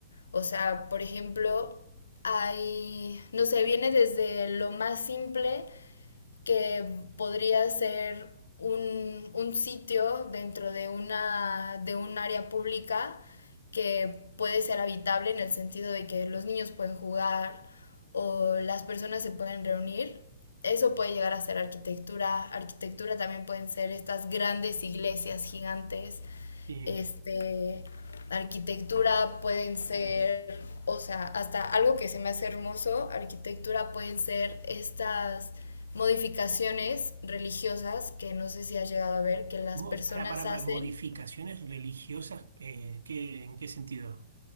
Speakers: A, on the left (about 80°); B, on the right (about 80°).
A: O sea, por ejemplo, hay, no sé, viene desde lo más simple que podría ser un, un sitio dentro de, una, de un área pública que puede ser habitable en el sentido de que los niños pueden jugar o las personas se pueden reunir. Eso puede llegar a ser arquitectura. Arquitectura también pueden ser estas grandes iglesias gigantes
B: Sí.
A: este, arquitectura pueden ser, o sea, hasta algo que se me hace hermoso, arquitectura pueden ser estas modificaciones religiosas que no sé si has llegado a ver, que las
B: Mo-
A: personas
B: Para, para,
A: hacen.
B: para, modificaciones religiosas, eh, ¿qué- en qué sentido?